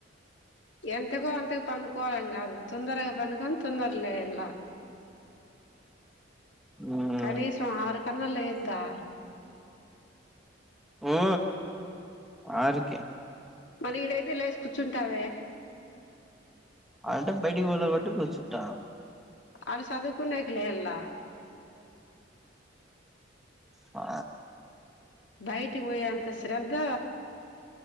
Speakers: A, on the left; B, in the centre.
A: ఎంతకో అంతకు పనుకోవలని కాదు తొందరగా పనుకోని తొందరగ లేయలా
B: హ్మ్
A: కనీసం ఆరు కన్నా లేయద్దా
B: ఊ ఆరుకి
A: మరి ఈడైతే లేసి కూర్చుంటావే
B: అంటే బయటకి పోదమంటే కూర్చుంట
A: ఆడ సదువుకునేకి లెయ్యల
B: ఆ
A: బయటికి పోయే అంత శ్రద్ధ